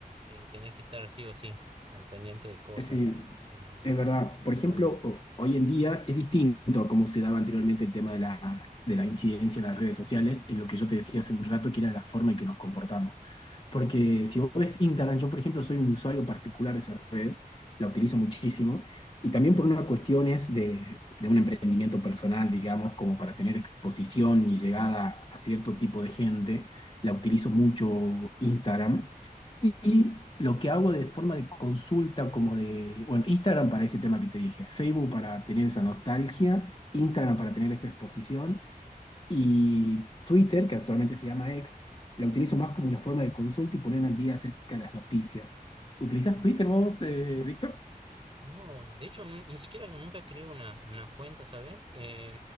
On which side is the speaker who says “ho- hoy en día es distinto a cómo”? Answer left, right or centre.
Left